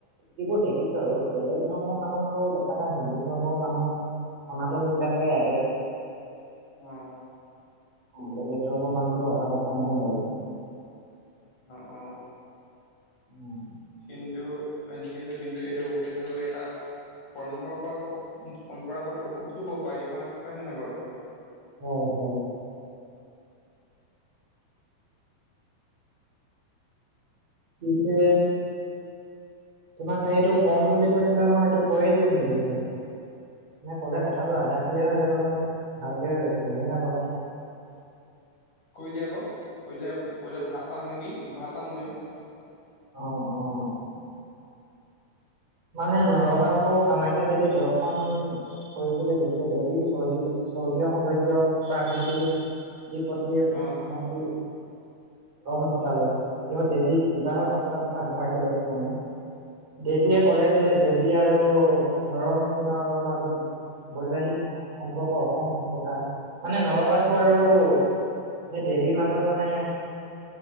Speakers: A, on the right (about 45°); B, on the left (about 55°).
A: যিবোৰ দেখিছো আৰু বেলেগ ধৰ্মৰ মানুহতো দেখা নাই হিন্দু ধৰ্মৰ মানুহ সনাতনী বিলাকে আহে।
B: অ',
A: অ', বেলেগ ধৰ্মৰ মানুহটো অহা দেখা নাই বাৰু।
B: অ', অ',
A: উম,
B: হিন্দু যিহেতু হিন্দু এইটো এইটো এটা পৰম্পৰা বা পৰম্পৰাগত উৎসৱ বুলি ক'ব পাৰি হয় হয় নহয় বাৰু?
A: হয়, হয়, পিছে তোমাক এইটো কম বুলি কৈছিলে নহয় এইটো কৰি দিও নেকি এতিয়াই। এনে কলে কথাটো আধা খিনিহে হৈ যাব নহয় ভালকে গমেই নাপাবা।
B: কৈ দিয়া আকৌ কৈ দিলে কৈ দিলে ভাল পাওঁ নেকি ভাল পাওঁ ময়ো।
A: অ', অ'। মানে নৰকাসুৰ, কামাখ্যা দেৱী দৰ্শন কৰিছিলে যেতিয়া দেৱীৰ স্বৰ্গীয় স্বৰ্গীয় সৌন্দৰ্য প্ৰাণজ্যোতি যি প্ৰতি
B: অ
A: মূত্তী ৰম ঘটালে তেওঁ দেৱীক বিবাহৰ
B: অ
A: প্ৰস্তাৱ আগবঢ়াইছিলে প্ৰথমে, দেৱীয়ে
B: অ
A: ক'লে যে দেৱী আৰু নৰম চিনৰ মাজত বৈবাহিক সম্পৰ্ক অসম্ভৱ কথা মানে নৰকাসুৰ আৰু
B: অ হয়
A: সেই দেৱীৰ মাজত মানে